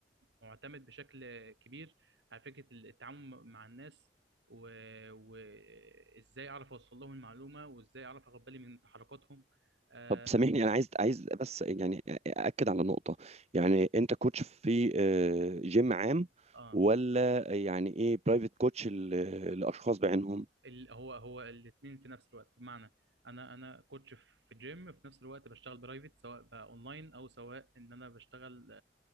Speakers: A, on the right (about 80°); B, on the right (about 35°).
A: معتمد بشكل كبير على فكرة التعامل مع الناس وإزاي و... وإزاي أعرف أوصل لهم المعلومة وإزاي أعرف أخد بالي من تحركاتهم آه,
B: طب سامحني انا عايز عايز بس يعني اكد على نقطه يعني انت كوتش في آه، جيم عام
A: آه.
B: ولا يعني ايه برايفت كوتش للاشخاص بعينهم
A: ال... هو هو الاتنين في نفس الوقت بمعنى أنا أنا كوتش في جيم في نفس الوقت بشتغل برايفت سواء بقى أونلاين أو سواء إن أنا بشتغل